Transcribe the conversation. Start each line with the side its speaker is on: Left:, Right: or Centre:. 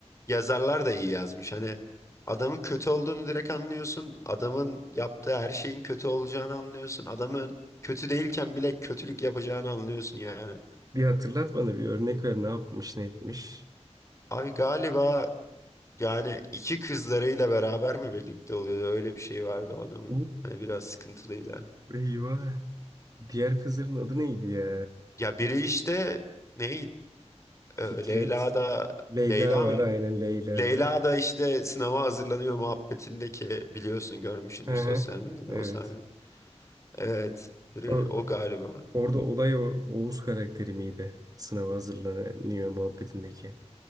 Left: yazarlar da iyi yazmış. Hani adamın kötü olduğunu direkt anlıyorsun. Adamın yaptığı her şeyin kötü olacağını anlıyorsun. Adamın kötü değilken bile kötülük yapacağını anlıyorsun yani.
Right: Bir hatırlat bana bir örnek ver ne yapmış ne etmiş.
Left: Abi galiba yani iki kızlarıyla beraber mi birlikte oluyordu? Öyle bir şey vardı o adamın.
Right: Uh,
Left: Hani biraz sıkıntılıydı.
Right: Eyvah. Diğer kızların adı neydi ya?
Left: Ya biri işte ne
Right: Fikret.
Left: e, Leyla da
Right: Leyla
Left: Leyla
Right: var
Left: mı?
Right: aynen Leyla
Left: Leyla
Right: var.
Left: da işte sınava hazırlanıyor muhabbetindeki biliyorsun görmüşsündür
Right: Hı
Left: sosyal
Right: hı.
Left: medyada
Right: Evet.
Left: o sahne. Evet biri
Right: O,
Left: o galiba.
Right: orada olay o, Oğuz karakteri miydi? Sınava hazırlanıyor muhabbetindeki.